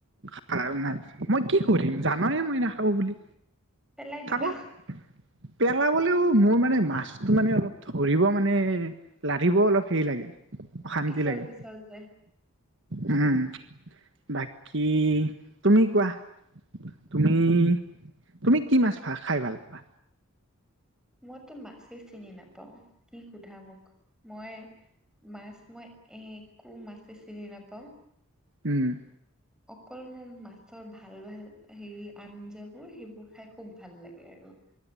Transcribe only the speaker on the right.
<unintelligible> মই কি কৰিম জানয়ে মই নাখাব বুলি
থাকক। পেলাবলৈও মোৰ মানে মাছটো মানে অলপ ধৰিব মানে লধিবও অলপ হেৰি লাগে অশান্তি
লাগে
উম, বাকী তুমি কোৱা তুমি - তুমি কি মাছ ভা খাই ভাল পোৱা?
উম,